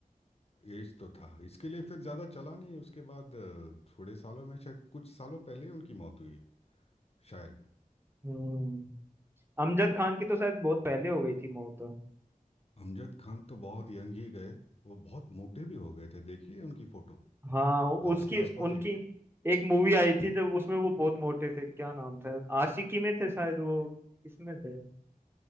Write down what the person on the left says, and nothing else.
एज तो था इसके लिए फिर ज़्यादा चला नहीं उसके बाद अ, थोड़े सालों में शायद कुछ सालों पहले ही उनकी मौत हुई है शायद
अमजद खान तो बहुत यंग ही गए वो बहुत मोटे भी हो गए थे देखिए उनकी फ़ोटो
लास्ट
लास्ट वाली